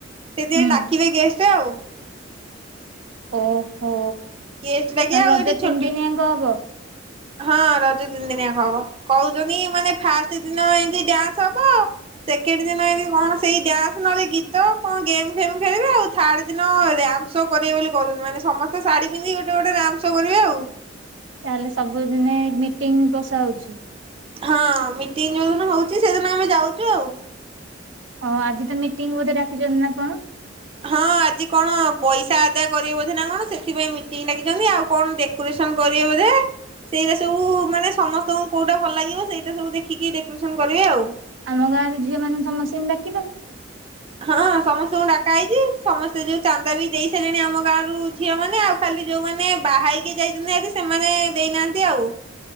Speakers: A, on the right; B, on the right.
A: ସେଥିାଇଁ
B: ହୁଁ
A: ଡାକିବେ ଗେ ଏମିତି ଆଉ
B: ଓହୋ
A: ଗେଷ୍ଟ ଡାକିବେ
B: ମାନେ
A: ଆଉ
B: ରଜ
A: ଏଇଠି
B: ତିନି
A: ଛୋଟ,
B: ଦିନି ଯାଙ୍କ ହବ
A: ହଁ ରଜ ତିନି ଦିନ ଯାକ ହବ କହୁଛନ୍ତି ମାନେ ଫାଷ୍ଟ ଦିନ ଏମତି ଡ୍ୟାନ୍ସ ହବ, ସେକେଣ୍ଡ ଦିନ ଏମିତି କଣ ସେ ଡ୍ୟାନ୍ସ ନହେଲେ ଗୀତ କଣ ଗେମ୍ ଫେମ୍ ଖେଳିବେ, ଆଉ ଥାର୍ଡ ଦିନ ରିୟାମ ଶୋ କରିବେ ବୋଲି କହୁଛନ୍ତି। ମାନେ ସମସ୍ତେ ଶାଢ଼ୀ ପିନ୍ଧିକି ଗୋଟେ ଗୋଟେ ରାମସୋ କରିବେ ଆଉ।
B: ତାହେଲେ ସବୁଦିନେ ମିଟିଂ ବସା ହଉଛି।
A: ହଁ ମିଟିଂ ଯୋଉ ଦିନ ହଉଛି ସେଦିନ ଆମେ ଯାଉଛୁ ଆଉ
B: ହଁ ଆଜି ତ ମିଟିଂ ବୋଧେ ଡାକିଛନ୍ତି ନା କଣ?
A: ହଁ ଆଜି କଣ ପଇସା ଆଦାୟ କରିବେ ବଧେ ନା କଣ ସେଥିପାଇଁ ମିଟିଂ ଡାକିଛନ୍ତି। ଆଉ କଣ ଡେକୋରେସନ କରିବେ ବୋଧେ ସେଇଟା ସବୁ ମାନେ ସମସ୍ତଙ୍କୁ କୋଉଟା ଭଲ ଲାଗିବ ସେଇଟା ସବୁ ଦେଖିକି ଡେକୋରେସନ କରିବେ ଆଉ।
B: ଆମ ଗାଁ ରୁ ଝିଅ ମାନଙ୍କୁ ସମସ୍ତେ ଡା
A: ହଁ ସମସ୍ତଙ୍କୁ ଡା କାହେଇଛି ସମସ୍ତେ ଯୋଉ ଚାନ୍ଦା ବି ଦେଇ ସାରିଲେଣି ଆମ ଗାଁ ରୁ ଝିଅ ମାନେ ଆଉ ଖାଲି ଯୋଉମାନେ ବାହାହେଇକି ଯାଇଛନ୍ତି ସେମାନେ ଦେଇନାହାନ୍ତି ଆଉ।